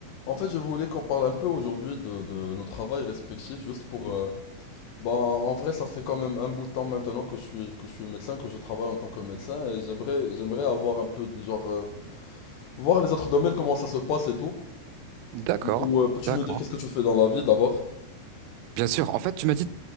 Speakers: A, on the left; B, on the right.
A: En fait, je voulais qu'on parle un peu aujourd'hui de, de nos travails respectifs, juste pour... euh, bah, en vrai, ça fait quand même un bout de temps maintenant que je suis, que je suis médecin, que je travaille en tant que médecin, et j'aimerais, j'aimerais avoir un peu de genre... euh, voir les autres domaines, comment ça se passe et tout.
B: D'accord,
A: Du coup, euh, peux-tu
B: d'accord.
A: me dire qu'est-ce que tu fais dans la vie d'abord?
B: Bien sûr, en fait, tu m'as dit